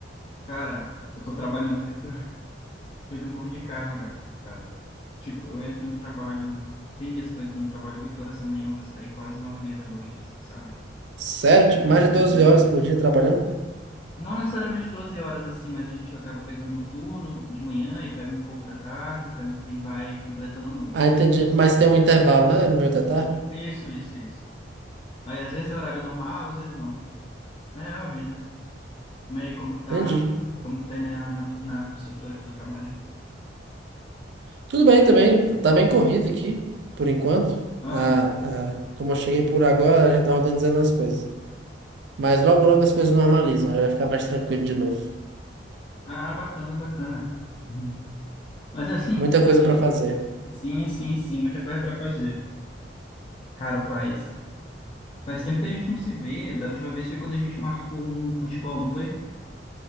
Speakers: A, on the left (about 30°); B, on the right (about 65°).
A: Cara, eu tô trabalhando feito, <laughs> feito um burro de carga, cara. Tipo, eu entro no trabalho... Tem dias que eu entro no trabalho 8 horas da manhã, eu vou sair quase 9 e meia da noite, assim, sabe?
B: Sério? Tipo,
A: Fico
B: mais
A: revisando.
B: de 12 horas por dia trabalhando?
A: Não necessariamente 12 horas, assim, mas a gente acaba pegando um turno de manhã e pega um pouco da tarde, pega um- e vai completando a noite,
B: Ah,
A: sabe?
B: entendi. Mas tem um intervalo, né? No meio da tarde?
A: Isso, isso, isso. Aí, às vezes é horário normal, às vezes não. É a vida. Mas aí, como que tá,
B: Entendi.
A: como que tá aí na, na, tu- na construtora que tu trabalha?
B: Tudo bem também, tá bem corrido aqui, por enquanto.
A: Ah,
B: Ah, ah, como eu cheguei por agora, a gente tá organizando as coisas. Mas logo, logo as coisas normalizam, aí vai ficar mais tranquilo de novo.
A: ah, bacana, bacana. Uhum. Mas assim,
B: Muita
A: eu
B: coisa
A: diria-
B: pra fazer.
A: sim, sim, sim, muita coisa para fazer. Cara, faz, faz tempo que a gente não se vê. Da última vez foi quando a gente marcou um futebol, não foi?